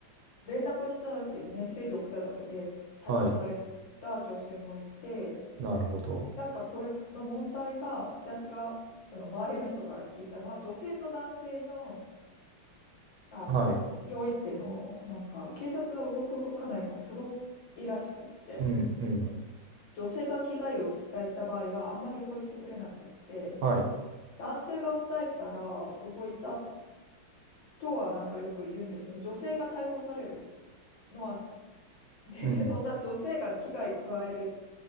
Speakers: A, on the left; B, on the right.
A: 連絡しただけでメッセージ送っただけで逮捕された女性もいて、
B: はい。なるほど。
A: なんかこれの問題が私がその周りの人から聞いたのは女性と男性のあの、
B: はい、
A: においての、なんか、警察が動く動かないがすごくいいらしくって、
B: うん、うん。
A: 女性が被害を訴えた場合はあんまり動いてくれなくって、
B: はい、
A: 男性が訴えたら動いたとはなんかよく言うんですよね。女性が逮捕されるのは、全然そんな女性が危害加える
B: うん、